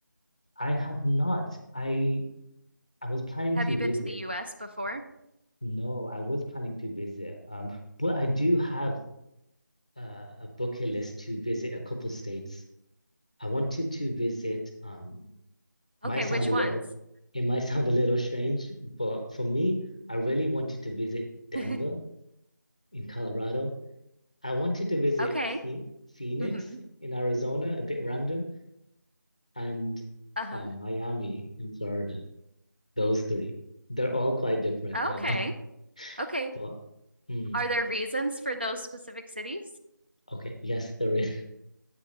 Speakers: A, on the left; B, on the right.
A: I have not. I I was planning
B: Have
A: to
B: you
A: visit.
B: been to the US before?
A: No, I was planning to visit. Um, but I do have uh, a bucket list to visit a couple states. I wanted to visit, um, might
B: Okay,
A: sound
B: which
A: a
B: ones?
A: little, it might <laughs> sound a little strange, but for me, I really wanted to visit Denver
B: <laughs>
A: in Colorado. I wanted to visit
B: Okay.
A: Phe Phoenix
B: Mm-hmm.
A: in Arizona, a bit random, and
B: Uh-huh.
A: um, Miami in Florida. Those three. They're all quite different,
B: Okay.
A: I know, <laughs>
B: Okay.
A: but mm,
B: Are there reasons for those specific cities?
A: okay, yes, there is.